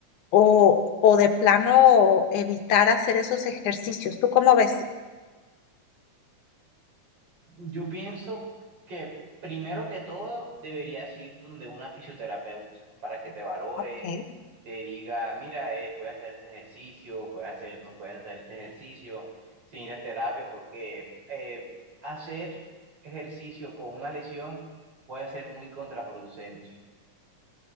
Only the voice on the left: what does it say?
o, o de plano evitar hacer esos ejercicios. ¿Tú cómo ves?
Ok,